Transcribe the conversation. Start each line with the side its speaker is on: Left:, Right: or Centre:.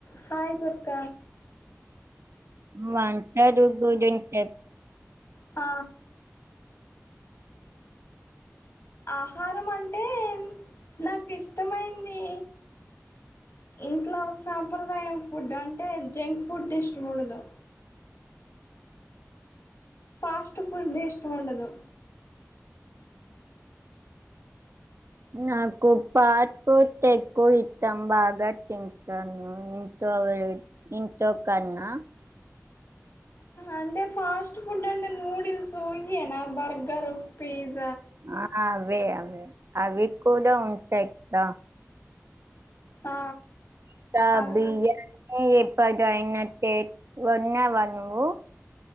Left: Hi Durga
Right: వంటలు గురించి
Left: ఆ ఆహారం అంటే నాకు ఇష్టమైంది ఇంట్లో సాంప్రదాయం ఫుడ్ అంటే జంక్ ఫుడ్ ఇష్టం ఉండదు. ఫాస్ట్ ఫుడ్ ఇష్టముండదు
Right: నాకు ఫాస్ట్ ఫుడ్ ఎక్కువ ఇష్టం బాగా బ తింటను ఇంట్లో ఇంట్లో కన్నా.
Left: అంటే ఫాస్ట్ ఫుడ్ అంటే నూడిల్స్ ఇయేనా బర్గరు పిజ్
Right: ఆ అవే అవే అవి కూడా ఉంటాయి కదా
Left: ఆ
Right: ఇంకా
Left: అవి
Right: బియానీ ఎప్పుడయినా చేసుకున్నావా నువ్వు